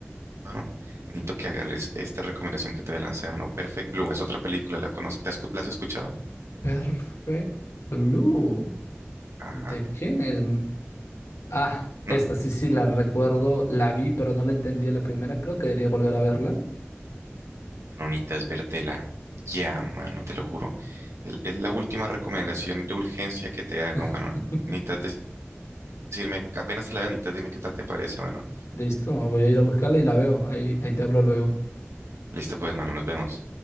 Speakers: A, on the right; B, on the left.
A: mano, necesito que agarres esta recomendación que te voy a lanzar, mano. Perfect Blue, es otra película, ¿la conoces? ¿Te has escu- ¿La has escuchado?
B: Perfect Blue.
A: Ajá.
B: ¿De quién es? Ah,
A: No,
B: esta sí, sí, la recuerdo. La vi, pero no la entendí en la primera. Creo que debería volver a verla.
A: mano, necesitas vértela. Ya, mano, te lo juro. El- Es la última recomendación de urgencia que te hago, mano.
B: <laughs>
A: Necesitas Decirme, apenas te la veas, mitad, dime qué tal te parece, mano.
B: Listo, voy a ir a buscarla y la veo. Ahí, ahí te hablo luego.
A: Listo, pues, mano, nos vemos.